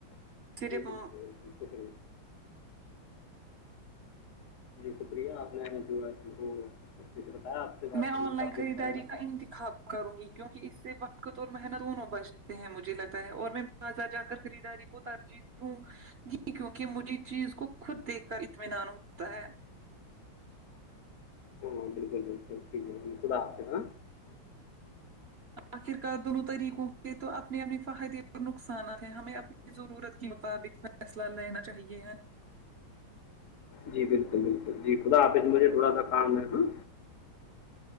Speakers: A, on the right; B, on the left.
A: سری
B: جی
A: پ
B: بالکل بالکل شکریہ جی شکریہ آپ نے جو ہے وہ اچھے سے بتایا سے بات
A: میں
B: کر
A: آن
B: کے
A: لائن
B: کافی
A: خریداری
B: اچھا لگا
A: کا انتخاب کروں گی کیونکہ اس سے وقت اور محنت دونوں بچتے ہیں مجھے لگتا ہے اور میں تازا جا کر خریدااری کو ترجی جی کیونکہ مجھے چیز کو خود دیکھ کر اطمینان ہوتا ہے
B: ہاں بالکل بالکل ٹھیک ہے ج خد آتےا
A: آخر کار دونوں طریقوں کے تو اپنے اپنے فہدی اور نقصانات ہیں ہمیں اپنے ضرورت کے مطابق فیصلہ لینا چاہیے
B: جی بالکل بالکل جی خدا آپ اس مجھے تھوڑا سا کام ہے ہاں